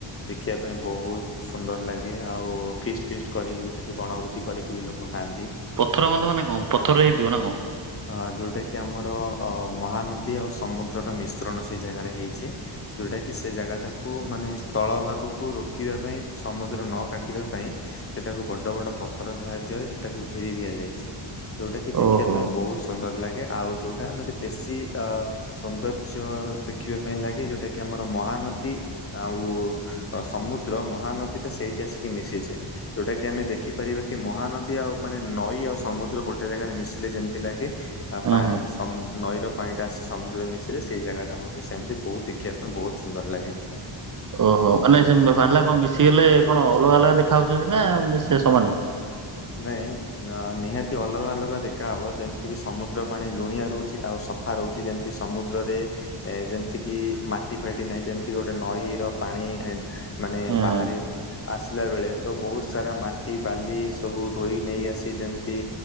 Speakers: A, on the left; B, on the right.
A: ଦେଖିବା ପାଇଁ ବହୁତ୍ ସୁନ୍ଦର ଲାଗେ, ଆଉ ଫିଷ୍ଟ୍ ଫିଷ୍ଟ୍ କରିକି ବି ସେଠି ବଣଭୋଜି କରିକି ବି ଲୋକ ଖାଆନ୍ତି।
B: ପଥର ବନ୍ଧ ମାନେ କଣ, ପଥରରେ ହେଇଥିବ ନା କଣ?
A: ଅ ଯୋଉଟା କିି ଆମର ମହାନଦୀ ଆଉ ସମୁଦ୍ରର ମିଶ୍ରଣ ସେଇ ଜାଗାରେ ହେଇଚି। ଯୋଉଟା କିି ସେ ଜାଗା ଟାକୁ, ମାନେ ସ୍ଥଳ ଭାଗକୁ ରୋକିବା ପାଇଁ ସମୁଦ୍ର ନ କାଟିବା ପାଇଁ ସେଟାକୁ ବଡ଼ ବଡ଼ ପଥର ସାହାଯ୍ୟରେ ସେଟାକୁ ଘେରି ଦିଆଯାଇଛି, ଯୋଉଟା କି ଦେଖିବା
B: ଓହୋ
A: ବହୁତ୍ ସୁନ୍ଦର ଲାଗେ ଆଉ ଯୋଉଟା ଆମର ବେଶୀ ଅ ସୌନ୍ଦର୍ଯ୍ୟ ଦେଖିବା ପାଇଁ ଲାଗେ, ଯୋଉଟା କି ଆମର ମହାନଦୀ ଆଉ-ଉ-ଉ-ଉ ସମୁଦ୍ର ମହାନଦୀ ଟା ସେଇଠି ଆସିକି ମିଶିଚେ। ଯୋଉଟା କି ଆମେ ଦେଖିପାରିବା କି ମହାନଦୀ ଆଉ ମାନେ ନଈ ଆଉ ସମୁଦ୍ର ଗୋଟେ ଜାଗାରେ ମିଶିଲେ ଯେମି ଥିଲା କି ଆ
B: ହଁ
A: ପାଣି
B: ହଁ।
A: ସମ୍ ନଈ ର ପାଣିଟା ଆସି ସମୁଦ୍ରରେ ମିଶିଲେ ସେଇ ଜାଗାଟା ହେଉଚି ସେମିତି ବହୁତ୍ ଦେଖିବା ପାଇଁ ବହୁତ୍ ସୁନ୍ଦର ଲାଗେ।
B: ଓହୋ ମାନେ ସେ ପାଣିରା କଣ ମିଶିଗଲେ କଣ ଅଲଗା ଅଲଗା ଦେଖା ହଉଚନ୍ତି ନା ସେ ସମାନେ?
A: ନାଇଁ ଅ ନିହାତି ଅଲଗା ଅଲଗା ଦେଖା ହବ ଯେମିତି କିି ସମୁଦ୍ର ପାଣି ଲୁଣିଆ ରହୁଚି ଆଉ ସ ଫା ରହୁଚି ଯେମିତି ସମୁଦ୍ରରେ ଏ ଯେମିତି କିି ମାଟି ଫାଟି ନାହିଁ ଯେମିତି ଗୋଟେ ନଈ ର ପାଣି ଏ ମାନେ
B: ହଁ
A: ବାହାରି
B: ହଁ
A: ଆସିଲା ବେଳେ ତ ବହୁତ୍ ସାରା ମାଟି, ବାଲି ସବୁ ଧୋଇ ନେଇ ଆସି ଯେମିତି